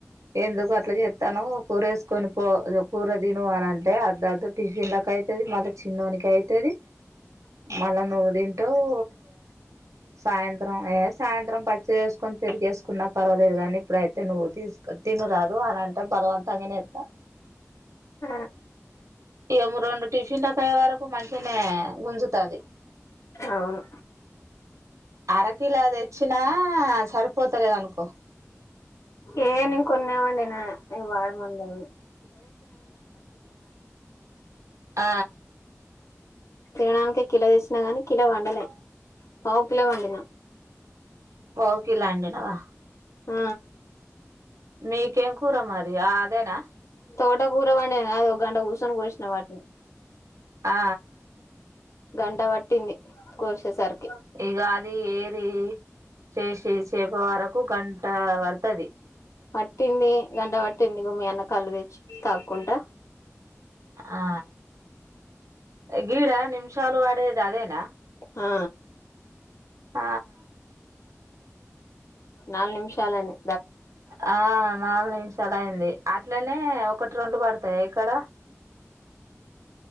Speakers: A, on the right; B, on the left.
A: ఎందుకు అట్లా చెస్తానవు కూర వేసుకొని పో కూర తిను అని అంటే అద్ టిఫిన్ లకి అవుతుది మళ్ళా చిన్నోనికి అయితుది మళ్ళా నువ్వు తింటవు సాయంత్రం ఏ సాయంత్రం పచ్చిడి వేసుకొని పెరిగ వేసుకున్నా పర్వాలేదు కానీ ఇప్పుడయితే నువ్వు తీసుకు తినురాదు అలా అంటే బలవంతంగానే ఎస్టా
B: ఆ
A: ఇము రెండు టిఫిన్ల కి అయి వరకు మంచినే గుంజుతుది
B: అవును
A: అరకిలో తెచ్చినా సరిపోతలేదు అనుకో
B: ఏ నేను కొన్నావండిన వాడముందు <inaudible>
A: ఆ
B: తినడానికి కిలో తెచ్చిన గాని కిలో వండలే పావు కిలో వండినా
A: పోకిలాండినావా
B: ఆ
A: మీకేం కూర మరి అదేనా
B: తోట కూరవండిన కాదు ఒక గంట కూర్చొని కోసిన వాటిని
A: ఆ
B: గంట వట్టింది కోర్శ సర్కి
A: ఇగ అది ఏరి చేసి చేప వరకు గంట పడుతది
B: పట్టింది గంటా పట్టింది ఇగో మ్మి అన్న కళ్ళు తెచ్చి తాకుంటా
A: ఆ గిడ నిమిష షాలు వడేది అదేనా
B: ఆ
A: ఆ
B: నాలు నిమిషలాయింది
A: ఆ నాలుగు నిమిషాలు అయింది అట్లనే ఒకటి రెండు పడతాయి ఇక్కడ